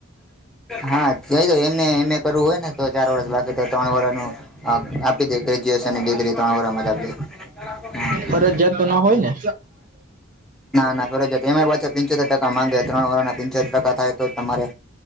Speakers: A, in the centre; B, on the right.
A: હા જોય તો એમ એમ એ કરવું હોય ને તો ચાર વરષ બાકી તો ત્રણ વરષ ન હા આપી દે ગ્રેજ્યુએશન ની ડિગ્રી ત્રણ વરમ જ આપ દે. હા
B: ફરજિયાત તો ના હોય ને
A: કર છે પાછ પિંચોતેર ટકા માંગ્યા ત્રણ વાર ના પિંચોર ટકા થાય તો તમારે